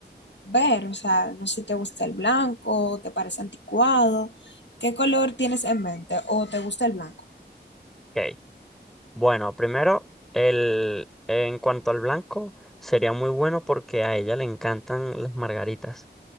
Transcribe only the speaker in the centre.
Ok. Bueno, primero, el, en cuanto al blanco, sería muy bueno porque a ella le encantan las margaritas.